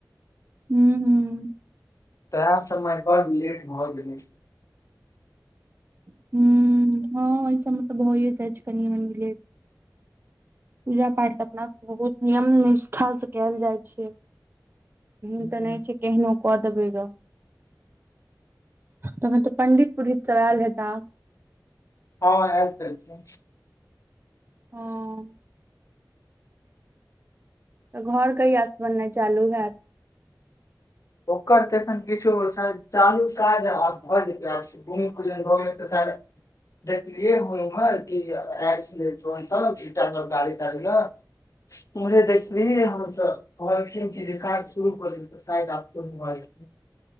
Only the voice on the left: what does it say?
तैह समय पर लेट हो गेल।
हँ
हँ आयल छलखिन।
ओकर तऽ एखन किछु शायद चालू काज आब भऽ जेतै आ <unintelligible> भूमि पूजन भऽ गेलै तऽ सायद देखलियै सब उम्हर <unintelligible> गाड़ी ताड़ी ल। उम्हरे देखलियै हन तऽ कहलखिन जे काज शुरू कर द त शायद <unintelligible>